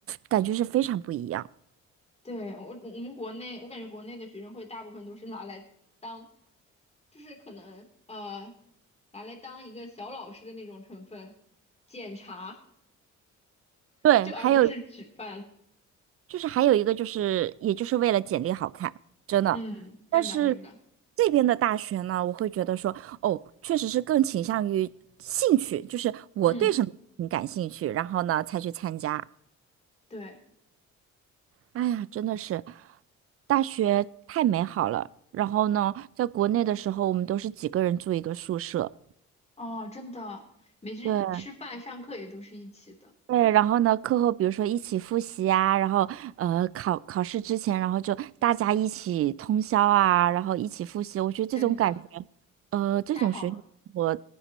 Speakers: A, on the right; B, on the left.
A: 感觉是非常不一样。
B: 对，我我们国内，我感觉国内的学生会大部分都是拿来当，就是可能呃，拿来当一个小老师的那种成分，检查，<laughs>
A: 对，
B: 就而不是举办，
A: 还有。就是还有一个就是，也就是为了简历好看，真的。
B: 嗯，真的真的，
A: 但是这边的大学呢，我会觉得说，哦，确实是更倾向于兴趣，就是我对什么很感兴趣，
B: 嗯，
A: 然后呢才去参加。
B: 对，
A: 哎呀，真的是大学太美好了。然后呢，在国内的时候，我们都是几个人住一个宿舍，
B: 哦，真的，每次吃饭、
A: 对。
B: 上课也都是一起的，
A: 对，然后呢，课后比如说一起复习啊，然后呃考考试之前，然后就大家一起通宵啊，然后一起复习，我觉得这种感觉，
B: 真的
A: 呃，这种学校我
B: 太好了。